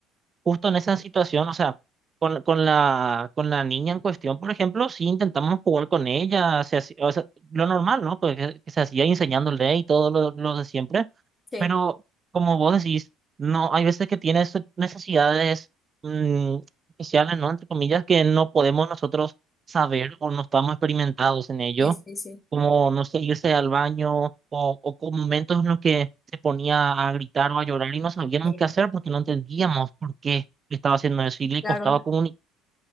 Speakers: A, on the right (about 35°); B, on the left (about 25°).
A: justo en esa situación, o sea, con, con la, con la niña en cuestión, por ejemplo, sí intentamos jugar con ella, se hacía- o sea, lo normal, ¿no? Pues que, que se hacía enseñándole y todo lo, lo de siempre
B: Sí,
A: Pero como vos decís, no, hay veces que tienes necesidades mm, especiales, ¿no? Entre comillas, que no podemos nosotros saber o no estamos experimentados en ello,
B: sí, sí, sí.
A: como, no sé, irse al baño o, o con momentos en los que se ponía a gritar o a llorar y no sabíamos
B: Sí,
A: qué hacer porque no entendíamos por qué estaba haciendo eso y le
B: Claro,
A: costaba comunicar.